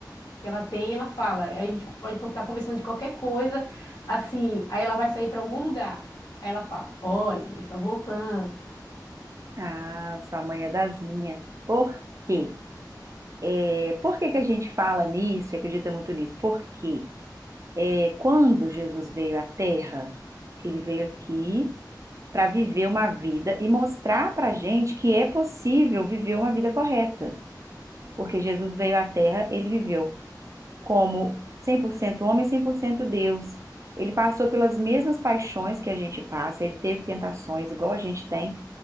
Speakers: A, on the left; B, on the right.
A: que ela tem, ela fala: "A gente pode estar conversando de qualquer coisa, assim, aí ela vai sair para algum lugar". Aí ela fala: "Olha, Deus está voltando".
B: Ah, sua mãe é das minhas. Por quê? É, Por que que a gente fala nisso e acredita muito nisso? Porque é, quando Jesus veio à Terra, ele veio aqui para viver uma vida e mostrar para a gente que é possível viver uma vida correta. Porque Jesus veio à Terra, ele viveu como 100% homem, e 100% Deus. Ele passou pelas mesmas paixões que a gente passa, ele teve tentações igual a gente tem,